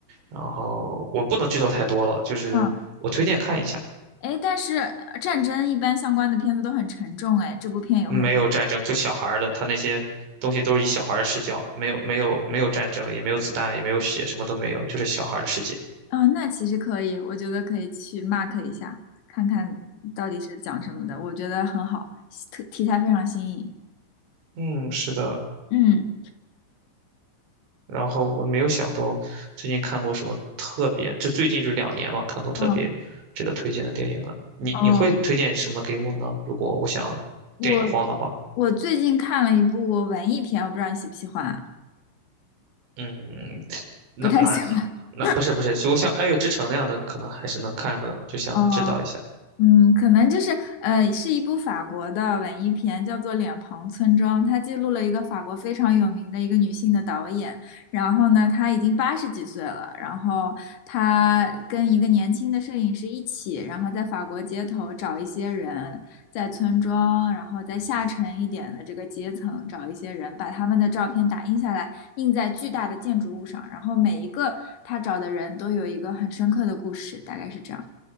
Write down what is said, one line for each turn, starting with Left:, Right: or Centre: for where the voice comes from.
Right: 然后我不能剧透太多了，就是我推荐看一下，
Left: 嗯，哎，但是呃战争一般相关的片子都很沉重，哎，这部片有很沉，
Right: 没有战争，就小孩儿的，他那些东西都是以小孩儿的视角，没有没有没有战争，也没有子弹，也没有血，什么都没有，就是小孩儿的世界。
Left: 啊、那其实可以，我觉得可以去 mark 一下，看看到底是讲什么的，我觉得很好，特题材非常新颖。
Right: 嗯，是的。
Left: 嗯，
Right: 然后我没有想到最近看过什么特别，就最近就两年嘛，看过特别值得推荐的电影了。
Left: 嗯
Right: 你你会推荐什么给我呢？
Left: 哦，
Right: 如果我想电影荒的话，
Left: 我我最近看了一部文艺片，我不知道你喜不喜欢，
Right: 嗯，那那
Left: 不太喜欢。<laughs>
Right: 那不是不是，如果像《爱乐之城》那样的，可能还是能看的，就想知道一下。
Left: 哦，嗯，可能就是呃，是一部法国的文艺片，叫做《脸庞村庄》，它记录了一个法国非常有名的一个女性的导演。然后呢，她已经八十几岁了，然后她跟一个年轻的摄影师一起，然后在法国街头找一些人，在村庄，然后在下沉一点的这个阶层找一些人，把他们的照片打印下来，印在巨大的建筑物上，然后每一个他找的人都有一个很深刻的故事，大概是这样。